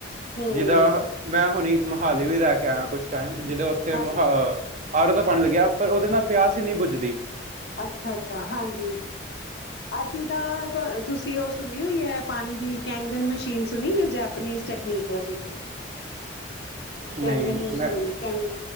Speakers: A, on the left (about 55°); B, on the right (about 35°).
A: ਹਮ
B: ਜਿਦਾਂ ਮੈਂ ਹੁਣੀ ਮੋਹਾਲੀ ਵੀ ਰਹਿ ਕੇ ਆਇਆ, ਕੁਛ ਟਾਈਮ ਜਦੋਂ, ਓਥੇ
A: ਹਾਂਜੀ
B: ਮਹ ਆਰੋ ਤਾਂ ਬਣ ਗਿਆ। ਪਰ ਉਦੇ ਨਾਲ ਪਿਆਸ ਹੀ ਨੀ ਬੁਜਦੀ।
A: ਅੱਛਾ-ਅੱਛਾ, ਹਾਂਜੀ। ਅਸੀਂ ਤਾਂ, ਤੁਸੀਂ ਓ ਸੁਣੀ ਹੋਈ ਆ। ਪਾਣੀ ਦੀ ਕੈਂਗਨ ਮਸ਼ੀਨ ਸੁਣੀ ਆ। ਜੈਪਨੀਜ਼ ਟੈ ਤਕਨੀਕ, ਵਾਲੀ। ਕੈਂਗਨ
B: ਨਹੀਂ
A: ਮਸ਼ੀਨ
B: ਮੈਂ
A: ਕੈਗਨ,